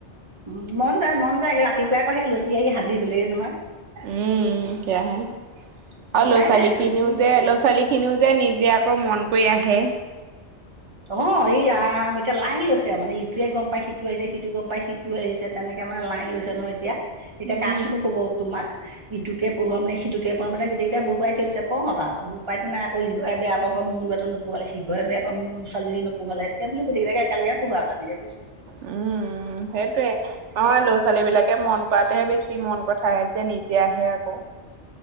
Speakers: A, on the right; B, on the right.
A: উম মন যায় মন যায় ৰাতিপুৱাই আকৌ সেই লৰা-ছোৱালী আহি হাজিৰ হলেই নহয়
B: উম সেয়া হে আৰু
A: উপায়
B: লৰা ছোৱালী
A: নাই আৰু
B: খিনিও যে
A: কি
B: ল'ৰা-ছোৱালী খিনিও যে নিজে আকৌ মন কৰি আহে
A: অহ এই আম এতিয়া লাইন লৈছে মানে ইটোৱে গম পায় সিটো আহিছে সিটো গম পাই সিটো আহিছে তেনেকে মানে লাইন লৈছে নহয় এতিয়া এতিয়া
B: উম
A: কাকনো কব তোমাক ইটোকে পঢ়োৱাম নে সিটোকে পঢ়োৱাম এতিয়া গোটেই কেইটাই বহুৱাই থৈছে পৰঁ আৰু উপাইটো নাই আকৌ ইউৱাই বেয়া পাব মোৰ লৰাটো পোৱালি ঘৰে বেয়া পাম মোৰ ছোৱালীজনী নবঢ়োৱা যে বোলো গোটেই কেইটা একেলগে পঢ়োৱা কৈছো আৰু
B: উম উম সেইটোৱে অ ল'ৰা ছোৱালী বিলাকে মন কৰাটোহে বেছি মন কথাহে এতিয়া নিজে আহি আকৌ